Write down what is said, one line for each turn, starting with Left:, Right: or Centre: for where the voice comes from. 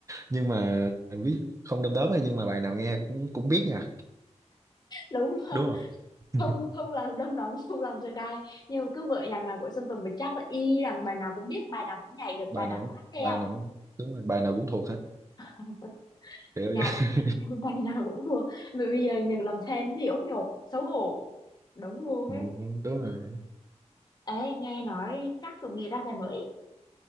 Right: nhưng mà biết không đom đóm nha, nhưng mà bài nào nghe cũng cũng biết nha
Left: đúng rồi
Right: đúng rồi <laughs>
Left: không không làm đom đóm không làm sơ cai nhưng mà cứ bữa nhạc nào của Sơn Tùng thì chắc là y rằng bài nào cũng biết bài nào cũng nhảy được
Right: bài
Left: bài nào
Right: nào
Left: cũng
Right: cũng-
Left: hát theo
Right: bài nào cũng- đúng rồi bài nào cũng thuộc hết
Left: <laughs>
Right: kiểu
Left: nhạc
Right: vậy <laughs>
Left: bài nào cũng thuộc Mà bây giờ nhận làm fan thì út nhột xấu hổ đúng luôn
Right: ừ,
Left: ấy
Right: đúng
Left: ừ.
Right: rồi
Left: ê nghe nói chắc chuẩn bị ra bài mới